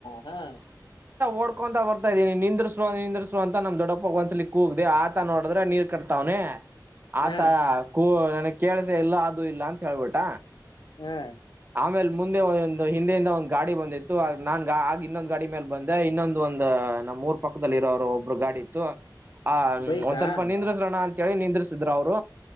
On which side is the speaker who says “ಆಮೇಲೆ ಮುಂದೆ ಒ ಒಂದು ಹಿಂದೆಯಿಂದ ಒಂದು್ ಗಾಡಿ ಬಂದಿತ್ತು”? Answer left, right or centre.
Right